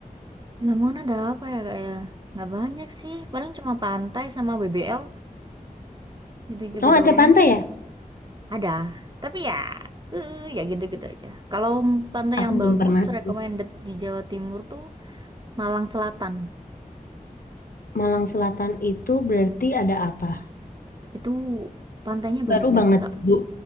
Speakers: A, on the right; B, on the left.
A: di Lamongan ada apa ya Kak ya? Nggak banyak sih, paling cuma pantai sama BBL gitu-gitu
B: Oh, ada
A: doang.
B: pantai ya?
A: Ada, tapi ya, eh, ya gitu-gitu aja. Kalau pantai
B: Aku
A: yang
B: belum
A: bagus,
B: pernah
A: recommended
B: sih.
A: di Jawa Timur tuh Malang Selatan.
B: Malang Selatan itu berarti ada apa?
A: Itu pantainya banyak
B: Baru
A: banget,
B: banget
A: Kak.
B: Bu,